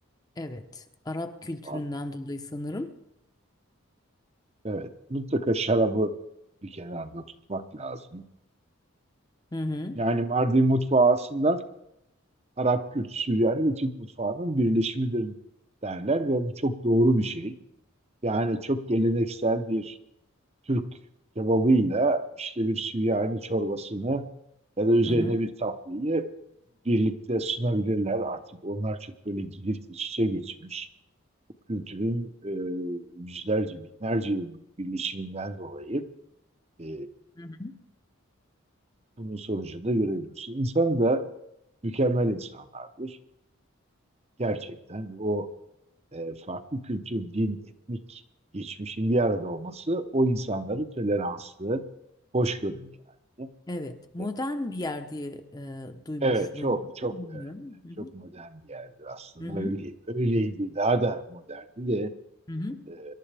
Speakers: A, on the left; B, on the right.
A: Evet. Arap kültüründen
B: mutfağında.
A: dolayı sanırım.
B: Evet, mutlaka şarabı bir kenarda tutmak lazım.
A: Hı hı.
B: Yani Mardin mutfağı aslında Arap Kürt, Süryani ve Türk mutfağının birleşimidir derler ve bu çok doğru bir şey. Yani çok geleneksel bir Türk kebabıyla işte bir Süryani çorbasını ya da üzerine
A: Hı hı.
B: bir tatlıyı birlikte sunabilirler. Artık onlar çok böyle girift iç içe geçmiş. Bu kültürün e, yüzlerce, binlerce yıllık birleşiminden dolayı e,
A: Hı hı.
B: bunun sonucunu da görebiliyorsun. İnsan da mükemmel insanlardır. Gerçekten o e, farklı kültür, din, etnik geçmişin bir arada olması o insanları toleranslı, hoşgörülü yani.
A: Evet. Modern
B: E,
A: bir yer diye e, duymuşluğum
B: Evet, çok
A: var.
B: çok
A: Bilmiyorum.
B: evet,
A: Hı
B: çok
A: hı.
B: modern bir yerdir aslında.
A: Hı hı.
B: Öyle, öyleydi, daha da moderndi de
A: Hı hı.
B: e,